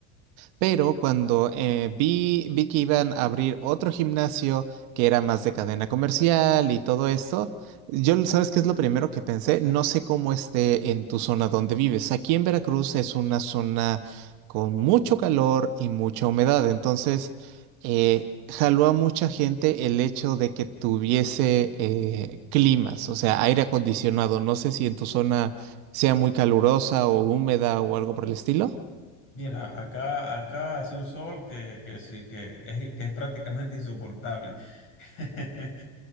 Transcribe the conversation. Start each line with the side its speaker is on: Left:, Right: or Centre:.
Right: Pero cuando eh, vi, vi que iban a abrir otro gimnasio que era más de cadena comercial y todo esto, yo, ¿sabes qué es lo primero que pensé? No sé cómo esté en tu zona donde vives. Aquí en Veracruz es una zona con mucho calor y mucha humedad, entonces eh, jaló a mucha gente el hecho de que tuviese eh, climas, o sea, aire acondicionado. No sé si en tu zona sea muy calurosa o húmeda o algo por el estilo.
Left: Mira, acá, acá hace un sol que, que sí, que es, que es prácticamente insoportable. <laughs>